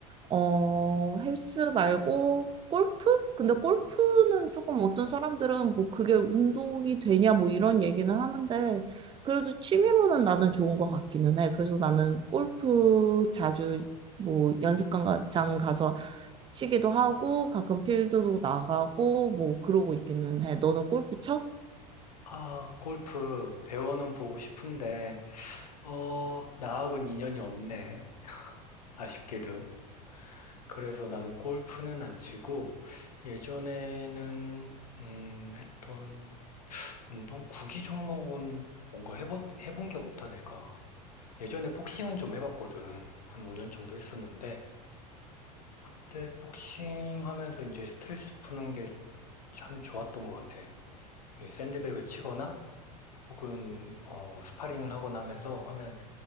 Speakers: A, on the right; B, on the left.
A: 어, 헬스 말고 골프? 근데 골프는 조금 어떤 사람들은 뭐 그게 운동이 되냐 뭐 이런 얘기는 하는데 그래도 취미로는 나는 좋은 것 같기는 해. 그래서 나는 골프 자주 뭐 연습장 가서 치기도 하고 가끔 필드도 나가고 뭐 그러고 있기는 해. 너는 골프 쳐?
B: 아, 골프 배워는 보고 싶은데, 어, 나하고는 인연이 없네. 아쉽게도. 그래서 나는 골프는 안 치고 예전에는 음, 했던 운동 구기 종목은 뭔가 해보, 해본 게 없다, 내가. 예전에 복싱은 좀 해봤거든. 한 5년 정도 했었는데, 그때 복싱 하면서 이제 스트레스 푸는 게 참 좋았던 것 같아. 이게 샌드백을 치거나, 혹은, 어, 스파링을 하거나 하면서 하면,